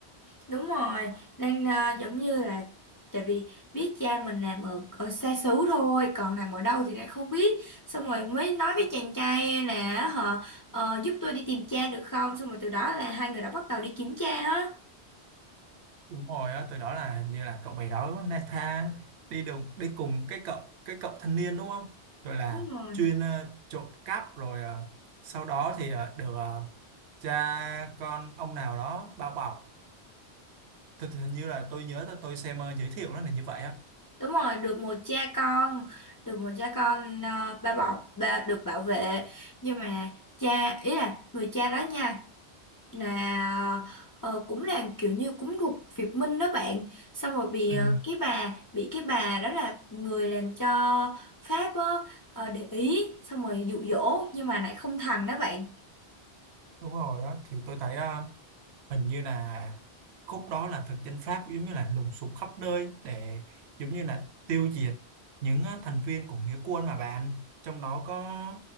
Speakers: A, on the left (about 30°); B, on the right (about 75°).
A: Đúng rồi, nên à, giống như là tại vì biết cha mình làm ở, ở xa xứ thôi, còn làm ở đâu thì lại không biết. Xong rồi mới nói với chàng trai là họ ờ, giúp tôi đi tìm cha được không? Xong rồi từ đó là hai người đã bắt đầu đi kiếm cha á.
B: Đúng rồi á, từ đó là hình như là cậu bé đó Nathan đi đồng đi cùng cái cậu cái cậu thanh niên đúng không? Rồi là
A: Đúng rồi.
B: chuyên ờ, trộm cắp rồi ờ, sau đó thì ờ, được ờ, cha con ông nào đó bao bọc. Thì, thì hình như là tôi nhớ tôi, tôi xem ờ, giới thiệu nó là như vậy á.
A: Đúng rồi, được một cha con, được một cha con ờ, ba bọc, ba được bảo vệ. Nhưng mà cha ý là người cha đó nha là ờ, cũng là kiểu như cũng thuộc Việt Minh đó bạn xong rồi bị
B: Ừ,
A: ờ, cái bà bị cái bà đó là người làm cho Pháp á, ờ, để ý xong rồi dụ dỗ nhưng mà lại không thành đó bạn
B: đúng rồi á, thì tôi thấy ờ, hình như là khúc đó là thực dân Pháp giống như là lùng sục khắp nơi để giống như là tiêu diệt những ờ, thành viên của nghĩa quân mà bạn trong đó có